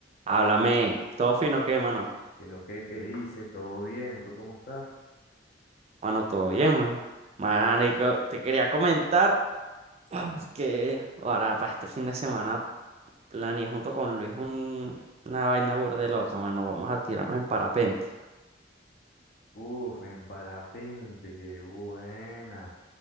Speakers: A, on the right; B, on the left.
A: Háblame, todo fino, ¿qué, mano?
B: Que lo que, que hice, todo bien, ¿tú cómo estás?
A: Mano, todo bien, mano. Marico, te quería comentar ah, que ahora para este fin de semana planeé junto con Luis un- una vaina burde loca, mano. Vamos a tirarnos en parapente.
B: Uf, en parapente, qué buena.